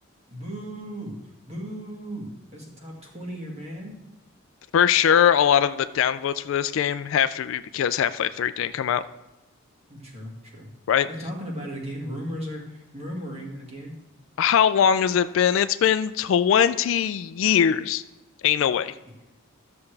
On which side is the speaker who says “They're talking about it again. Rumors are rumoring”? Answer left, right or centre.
Right